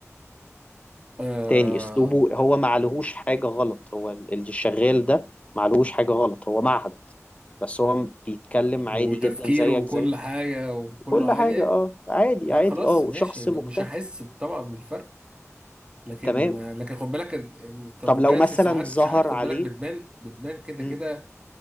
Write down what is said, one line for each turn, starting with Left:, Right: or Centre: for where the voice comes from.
Right: آه
Left: تاني اسلوبه هو ما عليهوش حاجة غلط هو اللي شغال ده ما عليهوش حاجة غلط هو معهد بس هو بيتكلم
Right: وتفكيره
Left: عادي جدا زيك
Right: وكل
Left: زي
Right: حاجة وكله
Left: كل
Right: عادي
Left: حاجة
Right: يعني.
Left: اه عادي
Right: لا
Left: عادي
Right: خلاص
Left: اه
Right: ماشي
Left: شخص
Right: مش
Left: مجتهد
Right: هحس طبعا بالفرق لكن
Left: تمام
Right: لكن خد بالك الطبقية
Left: طب لو مثلا
Right: ساعات
Left: ظهر
Right: ساعات خد
Left: عليه
Right: بالك بتبان بتبان كده
Left: مم.
Right: كده